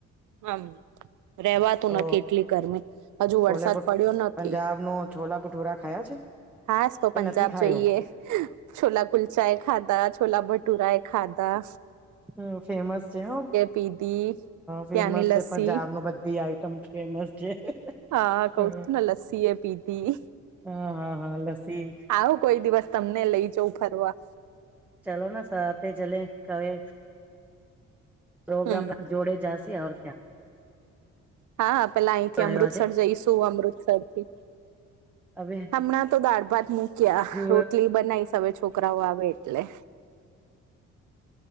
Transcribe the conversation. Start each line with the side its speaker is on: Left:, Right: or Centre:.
Right: હમ રેવાતું
Centre: તો
Right: નથી એટલી ગરમી હજુ વરસાદ
Centre: છોલે ભ
Right: પડ્યો નથી.
Centre: પંજાબ નો છોલા ભટૂરા ખાયા છે.
Right: હાસ તો
Centre: કે
Right: પંજાબ
Centre: નથી ખાયો
Right: જઈએ છોલા કુલચા એ ખાધા છોલા ભટુરા એ ખાતા.
Centre: હ ફેમસ છે હ
Right: પીધી
Centre: ફેમસ
Right: ત્યાંની લસ્સી
Centre: છે પંજાબ ન બધી આઈટમ ફેમસ છે.
Right: હા કઉ
Centre: હ
Right: છું ને લસ્સી એ પીધી
Centre: હા હા હા લસ્સી
Right: આવું કોઈ દિવસ તમને લઈ જઉં ફરવા.
Centre: ચાલલો સાતે ચલે કવે. પ્રોગ્રામ
Right: હમ
Centre: જોડે જંશે ક્યા.
Right: હા હા પેલા અહીંથી અમૃતસર
Centre: આવ્યો આજે
Right: જઈશું અમૃતસર થી.
Centre: હવે
Right: હમણાં તો દાળ ભાત મુૂક્યા
Centre: જો
Right: રોટલી બનાવીશ હવે છોકરાઓ આવે એટલે